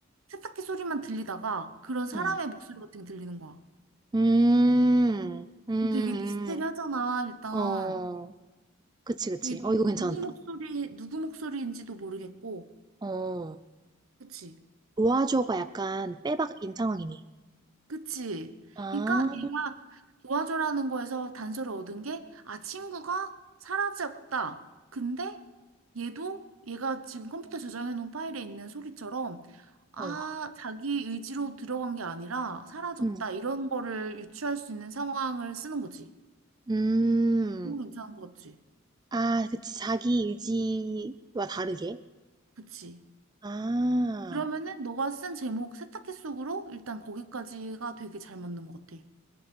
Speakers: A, on the right; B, on the right.
A: 세탁기 소리만 들리다가 그런 사람의
B: 음,
A: 목소리 같은 게 들리는 거야
B: 음, 음, 음.
A: 그럼 되게 미스테리하잖아 일단
B: 어, 그치, 그치.
A: 이게
B: 어, 이거 괜찮다.
A: 누, 누구 목소리 누구 목소리인지도 모르겠고
B: 어,
A: 그치?
B: 도와줘가 약간 빼박인 상황이네.
A: 그치?
B: 아,
A: 그러니까 얘가 도와줘라는 거에서 단서를 얻은 게, 아, 친구가 사라졌다. 근데 얘도 얘가 지금 컴퓨터 저장해 놓은 파일에 있는 소리처럼, 아,
B: 어,
A: 자기 의지로 들어간 게 아니라 사라졌다.
B: 음,
A: 이런 거를 유추할 수 있는 상황을 쓰는 거지.
B: 음.
A: 너무 괜찮은 거 같지?
B: 아, 그치. 자기 의지와 다르게.
A: 그치?
B: 아.
A: 그러면은 너가 쓴 제목 세탁기 속으로 일단 거기까지가 되게 잘 맞는 것 같아.